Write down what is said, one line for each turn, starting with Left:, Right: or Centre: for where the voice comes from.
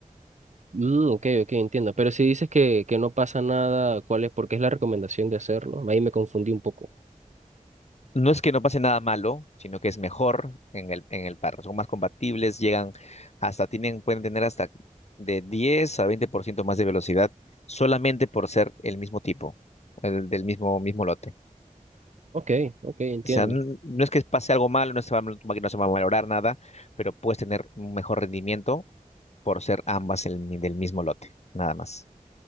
Right: Mm, ok, ok, entiendo. Pero si dices que, que no pasa nada, ¿cuál es? Porque es la recomendación de hacerlo. Ahí me confundí un poco.
Left: No es que no pase nada malo, sino que es mejor en el, en el par. Son más compatibles, llegan hasta, tienen, pueden tener hasta de 10 a 20% más de velocidad solamente por ser el mismo tipo, el del mismo, mismo lote.
Right: Ok, ok, entiendo.
Left: O sea, n- no es que pase algo malo, no se va, a- mal- tu máquina no se va a valorar nada, pero puedes tener un mejor rendimiento por ser ambas el mi- del mismo lote, nada más.